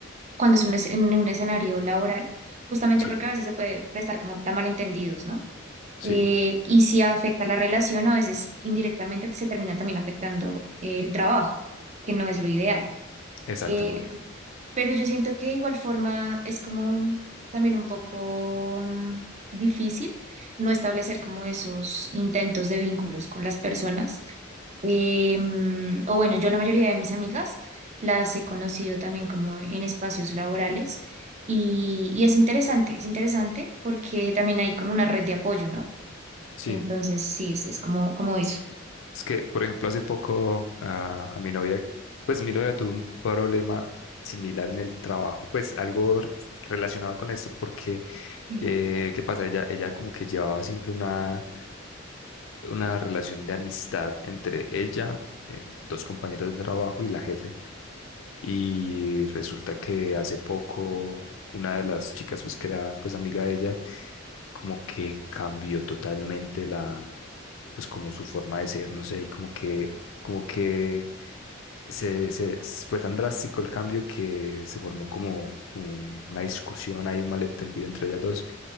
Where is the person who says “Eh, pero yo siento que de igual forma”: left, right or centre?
Right